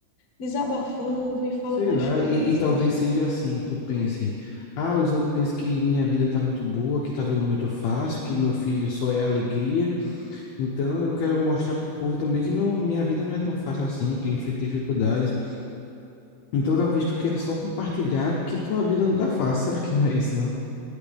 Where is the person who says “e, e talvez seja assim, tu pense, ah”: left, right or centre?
Left